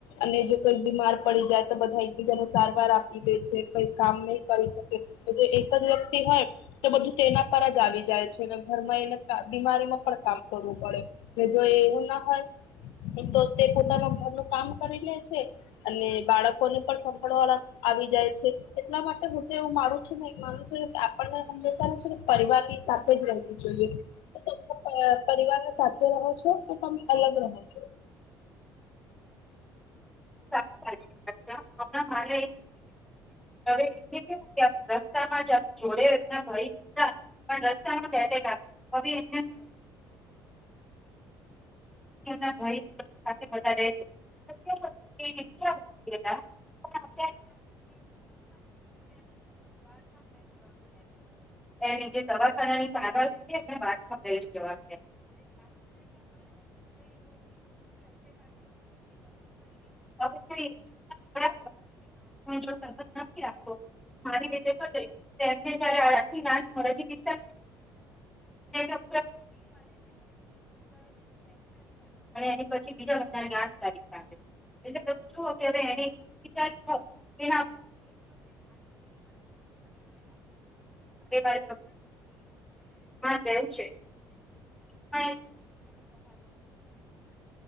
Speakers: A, on the left; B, in the centre.
A: અને જો કોઈ બીમાર પડી જાય તો બધા એકબીજાને સારવાર આપી દે છે કઈક કામ નહી કરી શકે જો એક જ વ્યક્તિ હોય તો બધું તેના પર જ આવી જાય છે અને ઘરમાં એને બીમારીમાં પણ કામ કરવું પડે જો એવું ના હોય તો તે પોતાના ઘરનું કામ કરી લે છે અને બાળકોને પણ સાભળવાળા આવી જાય છે એટલા માટે હું તો એવું માનું છું ને માનું છું આપણને હંમેશા છે પરિવાર ની સાથે જ રહેવું જોઈએ ત તમે પરિવારને સાથે રહો છો તમે અલગ રહો છો
B: સા સાચી વાત હમણાં <unintelligible> હવે એને કેવું કે રસ્તા માં જ આપ જોડે એમના ભાઈ હતા પણ રસ્તામાં એટેક આવીયો હવે એમના સાથે છે <unintelligible> <unintelligible> એની જે દવાખાનાની સારવાર એ વાતમાં બે જવા આપ <unintelligible> <unintelligible> માં જો તરત નથી રાખો મારી રીતે થ એમને જયારે આરથી નાથરાજી <unintelligible> તારીખ અને એ પછી બીજા મહિની લ તારીખ આવે એટલે તમે શ કે હવે એને વિચારી <unintelligible> અરે મારે <unintelligible> રહેવું છે <unintelligible> <unintelligible>